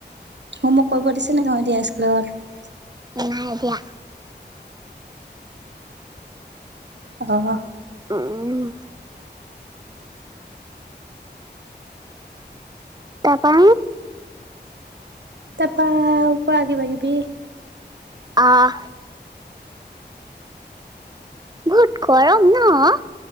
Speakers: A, on the right; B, on the right.
A: হোমৱৰ্ কৰিব দিছে নাই আৰু এতিয়া স্কুলত?
B: নাইদিয়া।
A: অ'
B: উ', উ' তাৰপা
A: তৰপা কোৱা কিবা কিবি?
B: আহ বহুত গৰম ন'